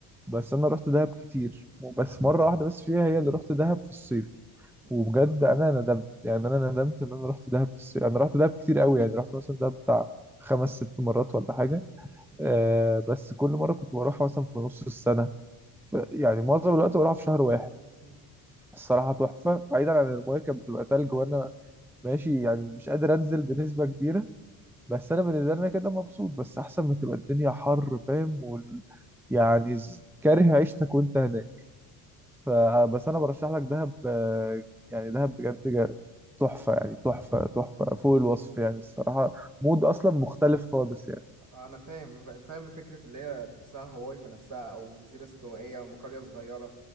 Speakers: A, in the centre; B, on the right.
A: بس
B: مم.
A: انا رحت دهب كتير بس مره واحده بس فيها هي اللي رحت دهب في الصيف
B: مم.
A: وبجد انا ندمت يعني انا ندمت ان انا رحت دهب في الصيف انا رحت دهب كتير قوي يعني رحت مثلا دهب بتاع خمس ست مرات ولا حاجه
B: مم.
A: آه بس كل مره كنت بروح مثلا في نص السنه ف يعني معظم الوقت بروح في شهر واحد
B: مم.
A: الصراحه تحفه بعيدا عن المايه كانت بتبقى تلج وانا ماشي يعني مش قادر انزل بنسبه كبيره بس انا بالنسبه لنا كده مبسوط بس احسن ما تبقى الدنيا حر فاهم وال... يعني ز- كاره عيشتك وانت هناك فبس انا برشح لك دهب آه، يعني دهب بجد جا- تحفه يعني تحفه تحفه فوق الوصف يعني الصراحه مود اصلا مختلف خالص يعني
B: انا فاهم فاهم فكره اللي هي تحسها هواي في نفسها او جزيره استوائيه او قريه صغيره